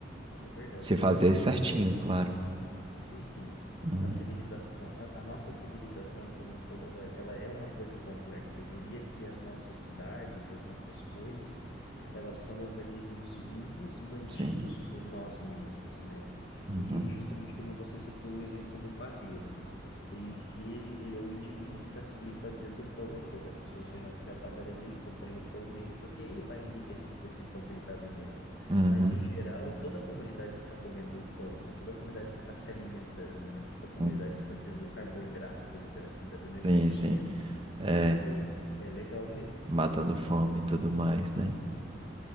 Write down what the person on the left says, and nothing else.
É verdade,
né?
Assim,
Sim, sim.
A civilização, a, a nossa civilização como um todo, ela, ela é uma coisa complexa. Eu diria que as nossas cidades, as nossas coisas, elas são organismos vivos mantidos
por nós mesmos, né?
E justamente como você citou o exemplo do padeiro, né? Ele em si, ele, ele é o indivíduo que está ali fazendo o pão, ele quer que as pessoas venham até a padaria dele, comprem o pão dele, porque ele vai enriquecer com esse pão que ele está vendendo.
Mas, em geral, toda a comunidade está comendo o pão, né? Toda a comunidade está se alimentando, né? Toda a comunidade
está tendo carboidrato, vamos dizer assim, está tendo energia.
E é legal mesmo.